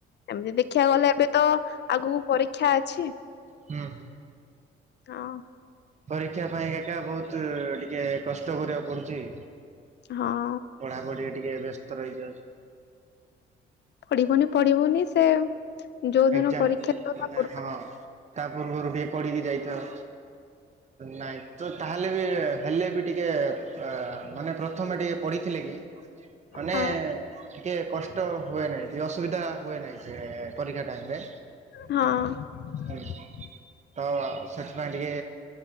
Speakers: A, on the left; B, on the right.
A: ଏମିତି ଦେଖିବାକୁ ଗଲେ ଏବେ ତ ଆଗକୁ ପରୀକ୍ଷା ଅଛି
B: ହୁଁ ହୁଁ।
A: ହଁ।
B: ପରୀକ୍ଷା ପାଇଁ ଏକ ଏକ ବହୁତ ଟିକେ କଷ୍ଟ କରିବାକୁ ପଡୁଛି
A: ହଁ।
B: ପଢାପଢିରେ ଟିକେ ବ୍ୟସ୍ତ ରହିଯାଉଛି।
A: ପଢିବୁନି ପଢିବୁନି ସେ ଯୋଉ
B: ଏକ୍ଜାମ
A: ଦିନ ପରୀକ୍ଷା
B: ମାନେ
A: ପୂବରୁ
B: ହଁ ତା ପୂର୍ବରୁ ବି ପଢିକି ଯାଇଥାଉ। ନାଇଁ ତ ତାହେଲେ ବି ହେଲେ ବି ଟିକେ ଅ ମାନେ ପ୍ରଥମେ ଟିକେ ପଢିଥିଲେ କି ମାନେ
A: ହଁ
B: ଟିକେ କଷ୍ଟ ହୁଏ ନହିଁ ଏ ଅସୁବିଧା ହୁଏ ନାହିଁ କି ପରୀକ୍ଷା ଟାଇମ ରେ।
A: ହଁ।
B: ହୁଁ ତ ସେଥି ପାଇଁ ଟିକେ।